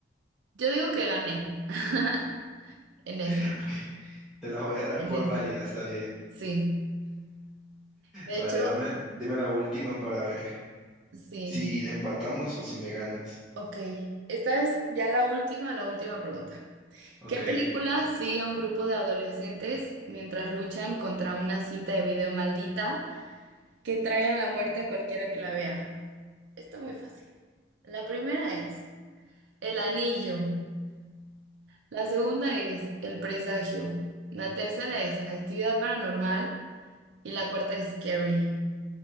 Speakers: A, on the right; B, in the centre.
A: Yo digo que gané <laughs> en esta,
B: <laughs> Ok, te la voy a dar
A: en
B: por
A: esta.
B: válida, está bien.
A: Sí. De
B: Vale,
A: hecho,
B: dame, dime la última para ver
A: sí.
B: si empatamos o si me ganas.
A: Ok. Esta es ya la última, la última pregunta.
B: Ok.
A: ¿Qué película sigue a un grupo de adolescentes mientras luchan contra una cinta de video maldita que trae a la muerte a cualquiera que la vea? Está muy fácil. La primera es El Anillo. La segunda es El Presagio. La tercera es Actividad Paranormal. Y la cuarta es Scary.